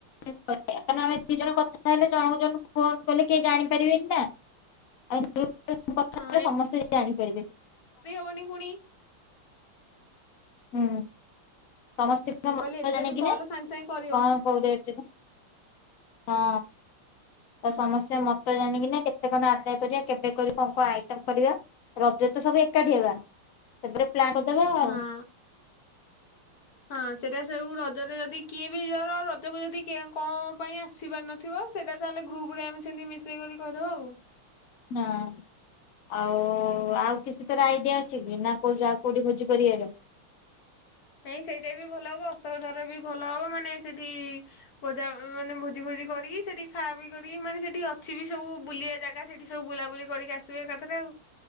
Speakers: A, on the left (about 65°); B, on the left (about 50°).
A: ସେ କାରଣ ଆମେ ଦି ଜଣ କଥା ହେଲେ ଜଣ ଜଣଙ୍କୁ ଫୋନ କଲେ କେହି ଜାଣିପାରିବେନି ନା। ଆମେ ଗ୍ରୋପଟେ କଥା
B: ହଁ
A: ହେଲେ ସମସ୍ତେ ଜାଣିପାରିବେ।
B: ପଣି ପୁଣି
A: ହୁଁ। ସମସ୍ତ
B: ମୁଁ
A: ମତ
B: କହିଲି ଏତେ
A: ଜାଣିକିନା
B: ବି କଲ୍ ସାଙ୍ଗେ ସାଙ୍ଗେ କରିହବନି
A: କଣ କୋଉ ରେଟ ରେ ହଁ ତ ସମସ୍ତେ
B: ହଁ
A: ମତ ଜାଣିକିନା କେ ସେମାନେ ଆଦାୟ କରିବା କେବେ କର କଣ କଣ ଆଇଟମ କରିବା ରଜ ତ ସବୁ ଏକାଠି ହେବା। ସେଥି ପ୍ଲାନ୍ କରିଦବା ଆଉ।
B: ହଁ ହଁ ସେଟା ସବୁ ର ଯରେ ଯଦି କିଏ ବି ଜର ରଜକୁ ଯଦି କଣ ପାଇଁ ଆସିିବାର ନଥିବ ସେଇଟା ତା ହେଲେ ଗ୍ରୁପ୍ରରେ ଆମେ ସେମିତି ମି ସେ କରି କହିଦେବ ଆଉ?
A: ନାଁ। ଆଉ ଆଉ କିଛି ତୋର ଆଇଡିଆ ଅଛି କି ନା କୋଉ ଆଉ କୋଉଠି ଭୋଜି କରିବାର?
B: ନାଇଁ ସେଇଟା ବି ଭଲ ହବ ଅଶୋକ ଜର ବି ଭଲ ହବ ମାନେ ସେଠି ବୋଜା ମାନେ ଭୋଜି ଭୋଜି କରିକି ସେଠି ଖାଅ ପିଇ କରିକି ମାନେ ସେଠି ଅଛି ବି ସବୁ ବୁଲିିବା ଜାଗା ସେଠି ସବୁ ବୁଲାବୁଲି କରିକି ଆସିବେ ଏକାଥରେ ଆଉ।